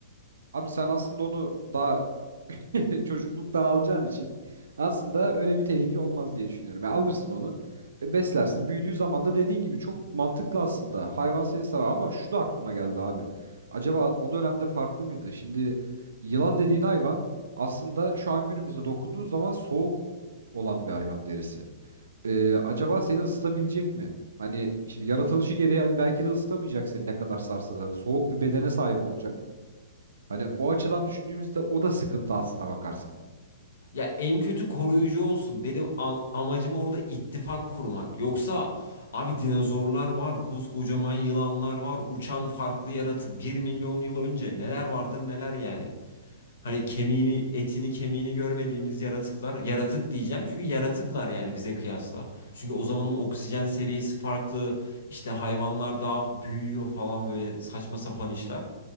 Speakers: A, on the right; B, on the left.
A: Abi sen aslında onu daha <laughs> çocukluktan alacağın için aslında öyle bir tehlike olmaz diye düşünüyorum. Ya alırsın onu, e, beslersin. Büyüdüğü zaman da dediğin gibi çok mantıklı aslında. Hayvan seni sever ama şu da aklıma geldi abi. Acaba o dönemde farklı mıydı? Şimdi yılan dediğin hayvan aslında şu an günümüzde dokunduğun zaman soğuk olan bir hayvan derisi. E, acaba seni ısıtabilecek mi? Hani şimdi yaratılışı gereği belki de ısıtamayacak seni ne kadar sarsa da. Soğuk bir bedene sahip olacak. Hani o açıdan düşündüğümüzde o da sıkıntı aslına bakarsan.
B: Ya en kötü koruyucu olsun. Benim a- amacım orada ittifak kurmak. Yoksa abi dinozorlar var, koskocaman yılanlar var, uçan farklı yaratı. Bir milyon yıl önce neler vardır neler yani. Hani kemiğini, etini, kemiğini görmediğimiz yaratıklar, yaratık diyeceğim çünkü yaratıklar yani bize kıyasla. Çünkü o zamanın oksijen seviyesi farklı, işte hayvanlar daha büyüyor falan böyle saçma sapan işler.